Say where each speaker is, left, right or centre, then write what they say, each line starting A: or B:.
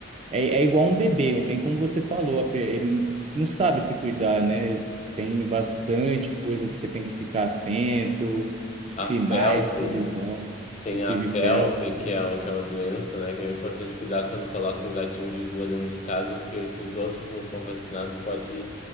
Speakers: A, on the right; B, on the left.
A: É, é igual um bebê, é bem como você falou, ape- ele não sabe se cuidar, né? Tem bastante coisa que você tem que ficar atento, sinais
B: A felve,
A: que eles dão,
B: tem
A: o FIV-FeLV.
B: a felve, que é, um- que é uma doença, né? Que é importante cuidar quando coloca um gatinho de rua dentro de casa, porque se os outros não são vacinados, pode,